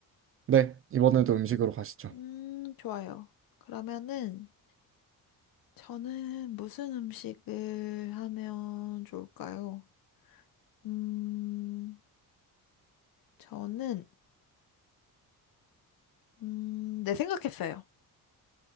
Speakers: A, on the right; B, on the left.
A: 네. 이번에도 음식으로 가시죠.
B: 음, 좋아요. 그러면은 저는 무슨 음식을 하면 좋을까요? 음, 저는 음, 네, 생각했어요.